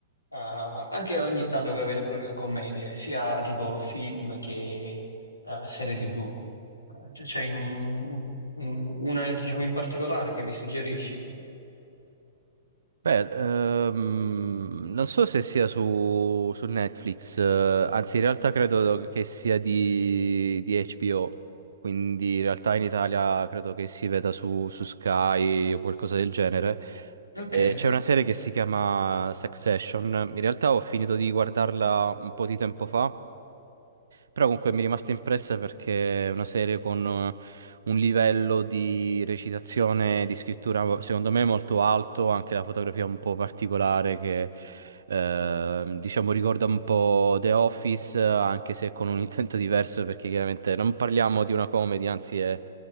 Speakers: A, on the left; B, on the right.
A: Ah, anche ogni tanto che vedo proprio commedie, sia tipo film che eh, serie TV. Eh, c- C'è un- un- una, diciamo, in particolare che mi suggerisci?
B: Beh, ehm, non so se sia su, su Netflix, eh, anzi in realtà credo che sia di, di HBO, quindi in realtà in Italia credo che si veda su, su Sky o qualcosa del genere.
A: Ok,
B: Eh, c'è una serie che si chiama Succession, in realtà ho finito di guardarla un po' di tempo fa Però comunque mi è rimasta impressa perché è una serie con eh, un livello di recitazione, di scrittura secondo me molto alto, anche la fotografia un po' particolare che ehm, diciamo ricorda un po' The Office, eh, anche se con un intento diverso perché chiaramente non parliamo di una comedy, anzi è